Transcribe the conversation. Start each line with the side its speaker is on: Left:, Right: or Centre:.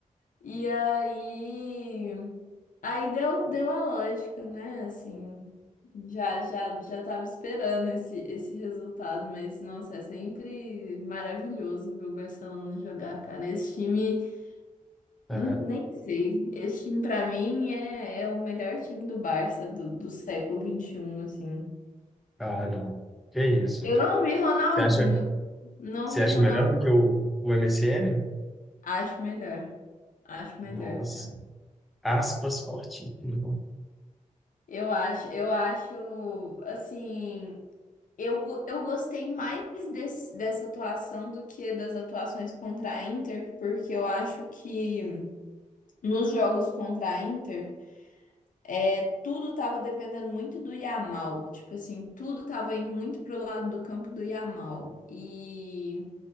Left: E aí Aí deu, deu a lógica, né? Assim, já já já tava esperando esse esse resultado, mas nossa, é sempre maravilhoso ver o Barcelona jogar, cara. Esse time,
Centre: É.
Left: hum, nem sei. Esse time pra mim é, é o melhor time do Barça do, do século vinte e um, assim.
Centre: Ah, não. Que isso?
Left: Eu não vi Ronaldinho,
Centre: Você acha,
Left: não
Centre: você
Left: vi
Centre: acha
Left: Ronaldinho.
Centre: melhor do que o, o M S N
Left: Acho melhor. Acho melhor,
Centre: Nossa,
Left: cara.
Centre: aspas fortíssimas. né?
Left: Eu acho, eu acho assim. Eu, go- eu gostei mais desse- dessa atuação do que das atuações contra a Inter, porque eu acho que nos jogos contra a Inter, é, tudo tava dependendo muito do Yamal. Tipo assim, tudo tava indo muito pro lado do campo do Yamal. E